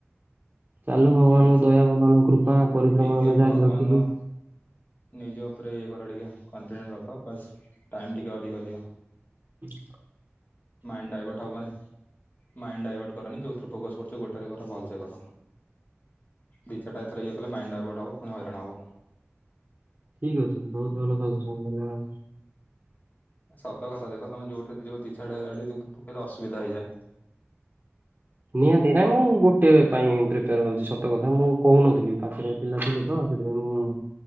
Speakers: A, on the right; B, on the left.
A: ଚାଲୁ ଭଗବାନଙ୍କ
B: ଦେଖ
A: ଦୟା ଭଗବାନଙ୍କ କୃପା ପରିଶ୍ରମ
B: ଟିକେ
A: ଅନୁଯାୟୀ
B: ଭଗବାନ
A: ରଖଛୁ।
B: ନିଜ ଉପରେ ଇଏ କର ଟିକେ କନଫିଡେନ୍ସ୍ ରଖ ବାସ୍ ଟାଇମ୍ ଟିକେ ଅଧିକ ଦିଅ।
A: ଉଁ।
B: ମାଇଣ୍ଡ ଡାଇଭର୍ଟ ହବ ମାନେ ମାଇଣ୍ଡ ଡାଇଭର୍ଟ କରନି ଯୋଉଥିରେ ଫୋକସ୍ କରୁଛ ଗୋଟେରେ କର ଭଲସେ କର। ଦି ଚାରିଟା ଏଥେରେ ଇଏ କଲେ ମାଇଣ୍ଡ ଡ଼ାଇଭର୍ଟ ହବ ପୁଣି ହଇରାଣ ହବ।
A: ଠିକ୍ ଅଛି ବହୁତ ଭଲ ସଜେସନ୍ ଦେଲେ ଆଉ।
B: ଏ ସତ କଥା ଦେଖ ତମେ ଯୋଉଠି ଯୋଉ ଦି ଚାରିଟା ସେଠି ଯୋଉ ପକେଇଲ ଅସୁବିଧା ହେଇଯାଏ।
A: ନିହାତି ନାଇଁ ମୁଁ ଗୋଟେ ପାଇଁ ପ୍ରିପେୟାର୍ ହଉଛି ସତ କଥା ମୁଁ କହୁନଥିଲି ପାଖରେ ପିଲା ଥିଲେ ତ ସେଥିପାଇଁ ମୁଁ